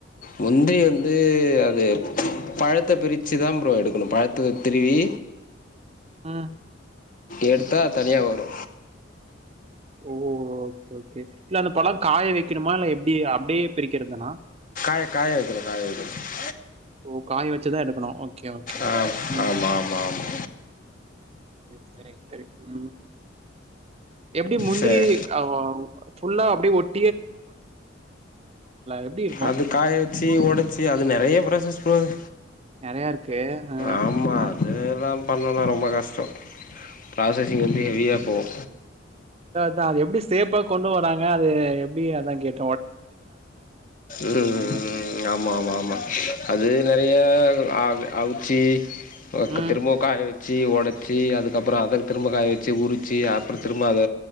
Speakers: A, on the left; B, on the right.
A: முந்திரி வந்து அது பழத்த பிரிச்சுதா ப்ரோ எடுக்கணு பழத்தத்த திருவி
B: ம்.
A: எடுத்தா அது தனியா வரு
B: ஓ ஓகே ஓகே இல்ல அந்த பழோ காய வைக்கணுமா இல்ல எப்டி அப்டியே பிரிக்கிறதானா
A: அது காய வைக்கனு காய வைக்கணு
B: ஓ காய வச்சுதா எடுக்கணு ஓகே ஓகே ஓகே
A: ஆ
B: ம்
A: ஆமா ஆமா ஆமா
B: சேரி சேரி சரி ம் எப்டி முந்திரி
A: சரி
B: அவ் ஃபுல்லா அப்டி ஒட் எப்படி இருக்கும்?
A: அது காய வெச்சு ஒடச்சு அது நெறைய ப்ரா சஸ் போகுது
B: நெறையா இருக்கு. ஆ.
A: ஆமா
B: ஆ.
A: அதுதா பண்ணனா ரொம்ப கஷ்ட பிராஸஸிங் வந்து ஹெவியா போவு
B: அதா அது எப்டி சேப்பா கொண்டு வராங்க அது எப்டி அதா கேட்
A: ம்
B: ஆ.
A: ம் ஆமா ஆமா ஆமா அது நெறையா அ அ சீ <unintelligible>
B: ம்.
A: திரும்பவு காயவெ சி ஒடச்சி அதுக்கப்புறோ அத திரும்பவு காய வெச்சி உரிச்சி அப்புறோ திரும்ப அத